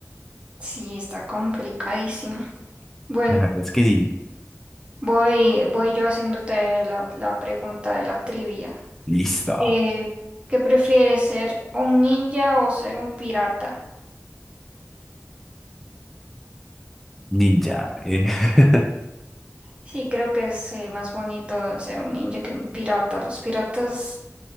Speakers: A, on the right; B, in the centre.
A: Sí, está complicadísimo. Bueno.
B: La verdad es que sí,
A: Voy, voy yo haciéndote la, la pregunta de la trivia.
B: listo,
A: Eh, ¿qué prefieres ser un ninja o ser un pirata?
B: ninja. eh. <laughs>
A: Sí, creo que es eh, más bonito ser un ninja que un pirata. Los piratas